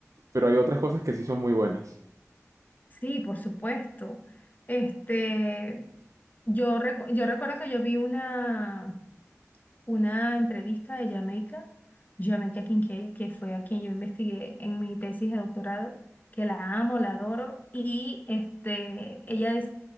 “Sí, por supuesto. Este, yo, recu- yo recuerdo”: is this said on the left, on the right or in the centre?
Left